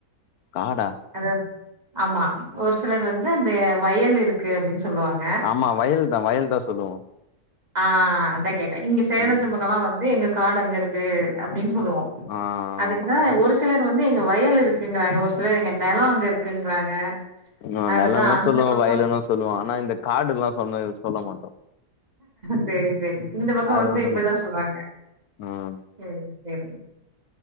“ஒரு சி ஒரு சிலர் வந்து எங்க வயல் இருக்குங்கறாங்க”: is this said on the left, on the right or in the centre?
Right